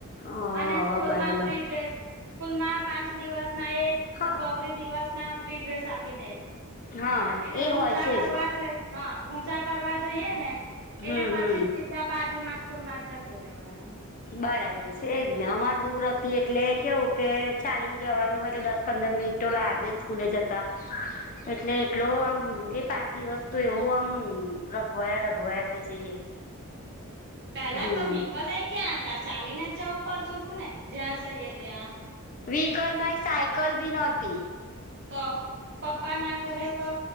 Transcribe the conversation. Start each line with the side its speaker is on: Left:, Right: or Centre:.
Left: અ
Right: અને સ્કૂલ
Left: બરાબર
Right: માં ફ્રી ડ્રેસ સ્કૂલમાં પાંચ દિવસ ના એ
Left: હા
Right: ગૌરી દિવસ ના ફ્રી ડ્રેસ આપી દે
Left: હા
Right: એટલે
Left: એ
Right: પૂજા
Left: હોય છે
Right: કરવા
Left: જ
Right: જે હા પૂજા કરવા જઈએ ને એટલે
Left: હમ
Right: પછી
Left: હમ
Right: બધા બાજુ માં સ્કૂલ માં જ જતું રહેવાનું.
Left: બરાબર છેને અમાર દૂર હતી એટલે કેવું કે ચાલીને જવાનું હરે દસ પંદર મિનિટ તો લાગે સ્કૂલે જતા
Right: હા
Left: એટલે એટલો આમ એ પાં દિવસ્તુ એવું આમ રઘવાયા રઘવાયા થઈ જઈએ
Right: પેલા
Left: હમ
Right: તો વ્હીકલય ક્યાં હતા ચાલીને જ જવું પડતું હતું ને. જ્યાં જઈએ ત્યાં.
Left: વ્હીકલમાં સાયકલ બી નહોતી.
Right: તો પપ્પા ના ઘરે તો